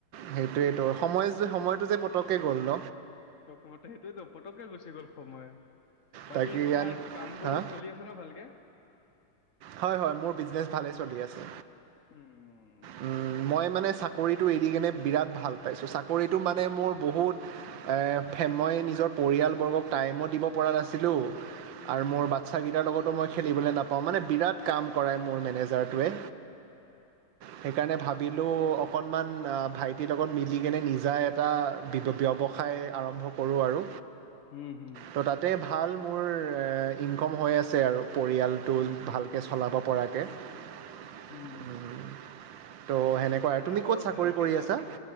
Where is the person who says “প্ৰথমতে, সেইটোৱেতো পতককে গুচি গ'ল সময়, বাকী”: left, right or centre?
Left